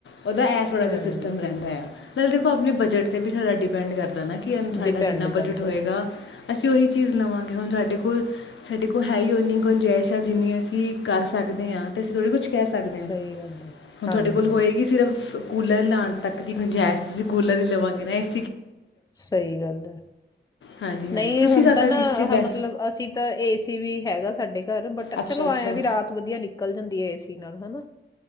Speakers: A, on the left (about 85°); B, on the left (about 20°).
A: ਉਹਦਾ ਇਹ ਥੋੜ੍ਹਾ
B: ਹਮ
A: ਜਿਹਾ ਸਿਸਟਮ ਰਹਿੰਦਾ ਆ ਮਤਲਬ ਦੇਖੌ ਆਪਣੇ ਬਜਟ 'ਤੇ ਵੀ ਸਾਰਾ ਡਿਪੈਂਡ ਕਰਦਾ ਪਤਾ ਨਾ ਕਿ ਸਾਡਾ
B: ਡਿਪੈਂਡ
A: ਜਿੰਨਾ
B: ਕਰਦਾ
A: ਬਜਟ ਹੋਏਗਾ ਅਸੀਂ ਉਹੀ ਚੀਜ਼ ਲਵਾਂਗੇ ਹੁਣ ਸਾਡੇ ਕੋਲ ਸਾਡੇ ਕੋਲ ਹੈ ਹੀ ਉਹ ਨਹੀਂ ਗੁੰਜਾਇਸ਼ਾਂ ਜਿੰਨੀ ਅਸੀਂ ਕਰ ਸਕਦੇ ਹਾਂ ਤੇ ਅਸੀਂ ਥੋੜ੍ਹੀ ਕੁਛ ਕਹਿ ਸਕਦੇ ਹ
B: ਸਹੀ ਗੱਲ ਹੈ
A: ਹੁਣ
B: ਹਾਂਜੀ
A: ਤੁਹਾਡੇ ਕੋਲ ਹੋਏਗੀ ਸਿਰਫ ਕੂਲਰ ਲਾਉਣ ਤੱਕ ਦੀ ਗੁੰਜਾਇਸ਼ ਤੁਸੀ ਕੂਲਰ ਹੀ ਲਵਾਂਗੇ ਨਾ ਇਸ
B: ਸਹੀ ਗੱਲ ਹੈ
A: ਹਾਂਜੀ
B: ਨਹੀਂ
A: ਹਾਂਜੀ ਤੁਸੀਂ
B: ਹੁਣ
A: ਜ਼ਿਆਦਾ
B: ਤਾਂ ਨਾ
A: ਕਿਸ ਚੀਜ਼ ਬੈਨ
B: ਮਤਲਬ ਅਸੀਂ ਤਾਂ ਏ ਸੀ ਵੀ ਹੈਗਾ ਸਾਡੇ ਘਰ ਬਟ
A: ਅੱਛਾ
B: ਚਲੋ
A: ਅੱਛਾ
B: ਐਏਂ ਵੀ ਰਾਤ ਵਧੀਆ ਨਿਕਲ ਜਾਂਦੀ ਹੈ ਏ ਸੀ ਨਾਲ਼ ਹਨਾ